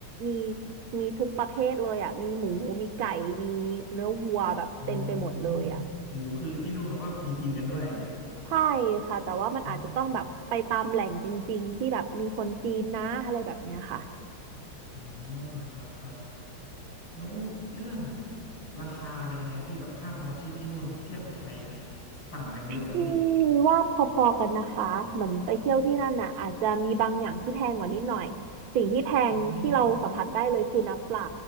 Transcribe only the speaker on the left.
อ๋อหมูคือที่นู่นเขาก็มีกินกันด้วย
อ๋อ อ๋อครับครับแล้วเรื่องราคาเป็นยังไงพี่แบบค่าครองชีพที่นู่นเทียบกับไทยต่างกันเยอะไหมพี่
อืมครับ